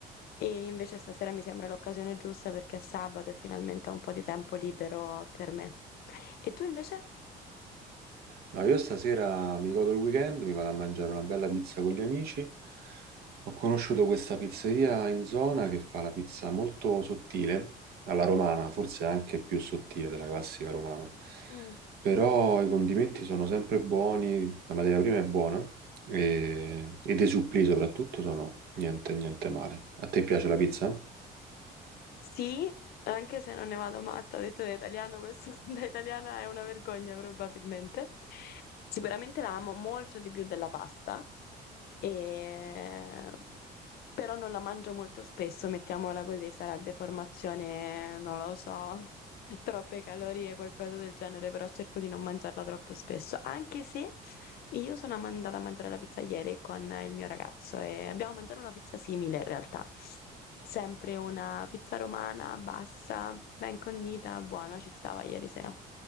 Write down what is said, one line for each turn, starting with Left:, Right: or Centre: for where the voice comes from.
Left: E invece stasera mi sembra l'occasione giusta perché è sabato e finalmente ho un po' di tempo libero per me. E tu invece?
Right: No, io stasera mi godo il weekend, mi vado a mangiare una bella pizza con gli amici. Ho conosciuto questa pizzeria in zona che fa la pizza molto sottile, alla romana, forse anche più sottile della classica romana.
Left: Mm.
Right: Però i condimenti sono sempre buoni, la materia prima è buona e, e dei supplì soprattutto sono niente, niente male. A te piace la pizza?
Left: Sì, anche se non ne vado matta, ho detto da italiano, questo <laughs> da italiana è una vergogna probabilmente. Sicuramente la amo molto di più della pasta, e- però non la mangio molto spesso, mettiamola così, sarà deformazione, non lo so, <laughs> troppe calorie, qualcosa del genere, però cerco di non mangiarla troppo spesso, anche se io sono andata a mangiare la pizza ieri con il mio ragazzo e abbiamo mangiato una pizza simile in realtà sempre una pizza romana bassa, ben condita, buona, ci stava ieri sera.